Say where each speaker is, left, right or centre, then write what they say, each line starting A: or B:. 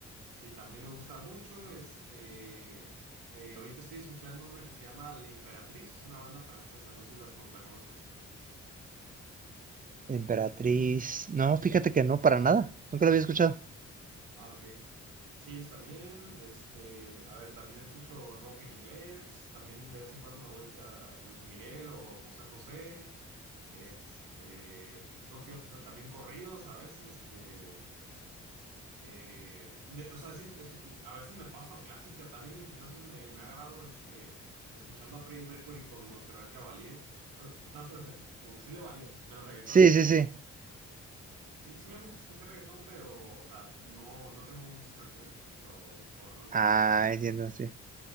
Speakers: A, on the right (about 80°); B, on the right (about 25°).
A: Sí, también me gusta mucho. Este, eh, ahorita estoy escuchando una que se llama La Imperatriz, es una banda francesa, no sé si las, con- la conozcas.
B: Emperatriz. No, fíjate que no, para nada. Nunca lo había escuchado.
A: Ah, ok. Sí, ellos también. Este, a ver, también escucho rock en inglés. También de vez en cuando me voy a Luis Miguel o José José. Este, no que ot- también corridos a veces. Este, Eh, de- o sea, sí es, es- a veces me paso a clásica. También en el gimnasio me, me ha agarrado este, escuchando a Freddie Mercury con Montserrat Caballé. No, no, o sea, como que sí le varío, menos reggaetón.
B: Sí, sí,
A: Eh,
B: sí.
A: sí, sí me gusta escuchar reggaetón, pero, o sea, no, no tengo muchas canciones. cosa que- O, o no, no,
B: Ah,
A: no tengo-
B: entiendo, sí.